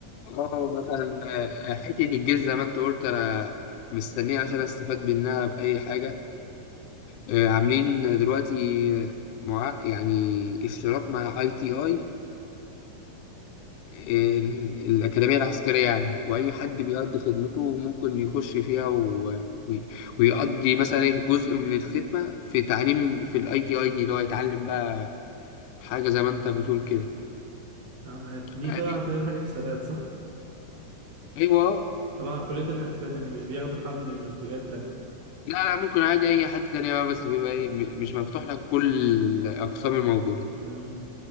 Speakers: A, on the left; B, on the right.
A: اه
B: بس
A: مثلا آه، حته الجيش زي ما انت قلت انا مستنيه عشان استفاد منها باي حاجه آه، عاملين دلوقتي آه، مع يعني اشتراك مع اي تي اي ال- الأكاديمية العسكرية يعني وأي حد بيقضي خدمته ممكن يخش فيها و... و- ويقضي مثلا إيه جزء من الخدمة في تعليم في الاي تي اي دي اللي هو يتعلم بقى حاجة زي ما أنت بتقول كده
B: آه، دي
A: عادي
B: تبع تعمل حسابات صح؟
A: أيوه آه.
B: تبع كلية الحاسبات يعني مش بياخدوا حد من كليات تانية
A: لا لا ممكن عادي أي حد تاني بقى بس بيبقى إيه م- مش مفتوح لك كل الأقسام الموجودة
B: مم.